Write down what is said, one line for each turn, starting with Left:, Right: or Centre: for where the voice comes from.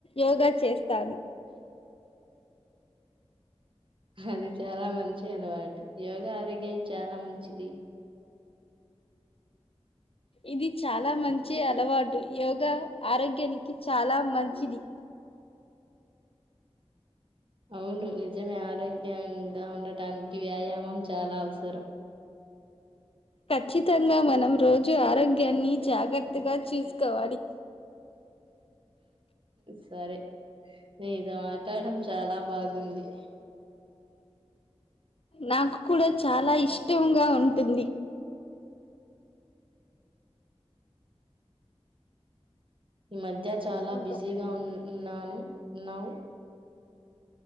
Left: యోగా చేస్తాను
Right: అది చాలా మంచి అలవాటు. యోగ ఆరోగ్యానికి చానా మంచిది.
Left: ఇది చాలా మంచి అలవాటు. యోగ ఆరోగ్యానికి చాలా మంచిది.
Right: అవును నిజమే ఆరోగ్యాంగా ఉండటానికి వ్యాయామం చాలా అవసరం.
Left: ఖచ్చితంగా మనం రోజు ఆరోగ్యాన్ని జాగ్రత్తగా చూసుకోవాలి.
Right: సరే నీతో ట్టడం చాలా బాగుంది
Left: నాకు కూడా చాలా ఇష్టంగా ఉంటుంది.
Right: ఈ మధ్య చాలా
Left: యోగా.
Right: బిజీగా ఉన్ ఉన్నాను ఉన్నావు